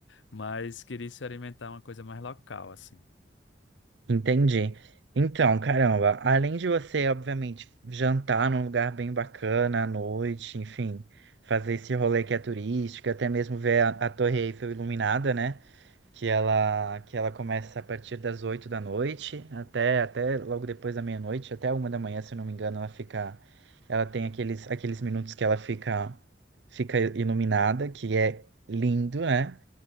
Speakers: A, on the left; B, on the right.
A: Mas queria experimentar uma coisa mais local, assim.
B: Entendi. Então, caramba, além de você, obviamente, jantar num lugar bem bacana à noite, enfim, fazer esse rolê que é turístico, até mesmo ver a, a Torre Eiffel iluminada, né? Que ela, que ela começa a partir das 8 da noite até, até logo depois da meia-noite, até uma da manhã, se eu não me engano, ela fica, ela tem aqueles, aqueles minutos que ela fica, fica iluminada, que é lindo, né?